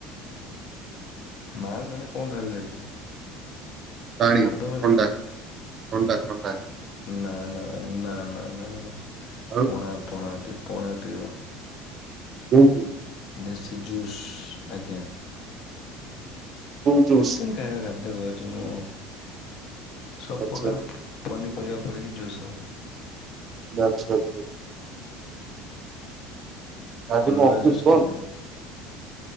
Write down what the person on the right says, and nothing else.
ପାଣି
ଥଣ୍ଡା
-ଥଣ୍ଡା- ଥଣ୍ଡା।
ଆଉ
ପିଇଚୁ?
କୋଉ ଜୁସ୍
ଆଚ୍ଛା
ଆଚ୍ଛା। ଆଚ୍ଛା। ଆଚ୍ଛା। ଆଜି
କଣ ଅଫିସ
ବନ୍ଦ